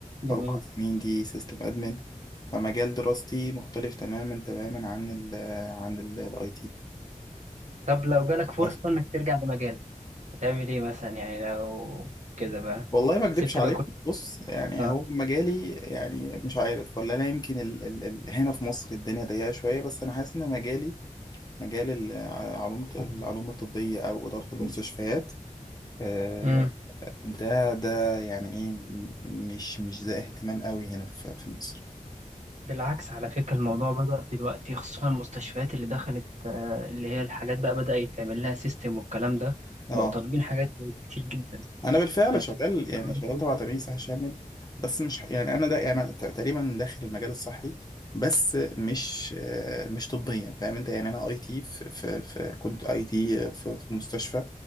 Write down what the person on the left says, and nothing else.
أربع سنين دي سيستم أدمن فمجال دراستي مختلف تماما تماما عن ال عن الاي تي
بس
والله ما اكدبش
عليك
بص يعني
هو مجالي يعني مش عارف ولا انا يمكن ال ال ال هنا في مصر الدنيا ضيقه شويه بس انا حاسس ان مجالي مجال العلوم العلوم الطبيه او اداره المستشفيات آه،
ده ده يعني ايه م- مش مش ده اهتمام قوي هنا في في مصر
اه
انا بالفعل
شغال
يعني شغال
تبع
تأمين صحي شامل بس مش يعني انا ده يعني ت- تقريبا داخل المجال الصحي بس مش آه، مش طبيا فاهم انت يعني انا اي تي في, في, في كنت اي تي في, في مستشفى